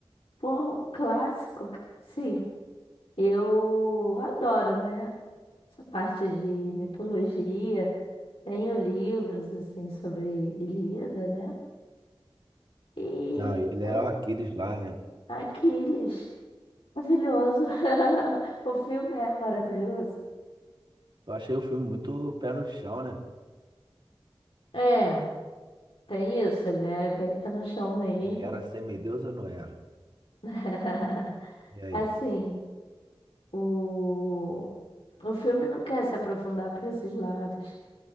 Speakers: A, on the left; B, on the right.
A: Porra, um clássico, cara. Sim, eu adoro, né? Essa parte de mitologia. Tenho livros, assim, sobre Ilíada, né? E
B: Não, e ele era
A: eu,
B: o Aquiles lá, né?
A: Aquiles, maravilhoso. <laughs> O filme é maravilhoso.
B: Eu achei o filme muito pé no chão, né?
A: É. Tem isso, ele é bem pé no chão mesmo.
B: Ele era semideus ou não era?
A: <laughs>
B: E aí?
A: Assim, o, o filme não quer se aprofundar para esses lados.